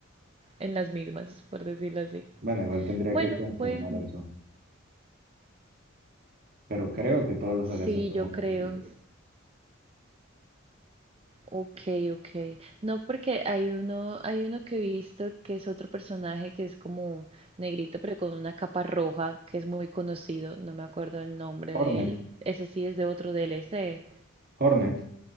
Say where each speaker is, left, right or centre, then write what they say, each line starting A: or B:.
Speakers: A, on the right; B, on the right.
A: en las mismas, por decirlo así.
B: Bueno, igual tendría
A: Bueno,
B: que confirmar
A: bueno,
B: eso. Pero creo que todos los
A: sí,
B: DLC fueron
A: yo creo.
B: gratuitos.
A: Ok, ok. No, porque hay uno, hay uno que he visto que es otro personaje que es como negrito, pero con una capa roja, que es muy conocido. No me acuerdo el nombre
B: Hornet,
A: de él. Ese sí es de otro DLC.
B: Hornet,